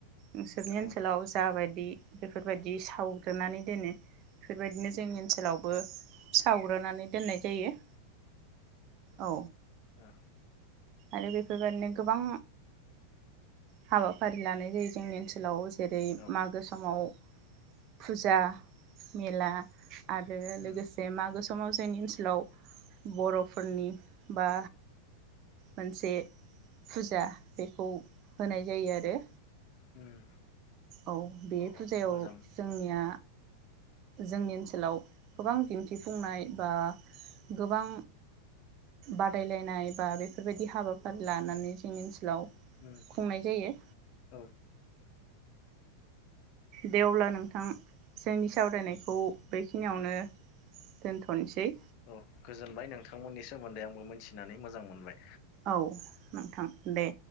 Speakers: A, on the right; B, on the left.
A: नोंसोरनि
B: औ
A: ओनसोलाव जाबाय। दि बेफोरबायदि सावग्रोनानै दोनो बेफोरबायदिनो जोंनि ओनसोलावबो सावग्रोनानै दोननाय जायो। औ
B: औ।
A: आरो बेफोरबायदिनो गोबां हाबाफारि लानाय जायो जोंनि ओनसोलाव। जेरै
B: औ
A: मागो समाव। फुजा मेला। आरो लोगोसे
B: उम
A: मागो सम। समाव जोंनि ओनसोलाव बर'फोरनि बा। मोनसे फुजा बेखौ होनाय जायो आरो।
B: उम।
A: औ बे फुजायाव
B: औ मोजां
A: जोंनिया। जोंनि ओनसोलाव गोबां दिन्थिफुंनाय बा गोबां बादायलायनाय बा बेफोरबायदि हाबाफारि लानानै जोंनि ओनसोलाव।
B: उम
A: खुंनाय जायो।
B: औ
A: देवब्ला नों। नोंथां जोंनि सावरायनायखौ बेखिनियावनो दोनथ'नोसै।
B: औ गोजोनबाय नोंथांमोननि सोमोन्दै आंबो मिथिनानै मोजां मोनबाय।
A: औ नोंथां दे।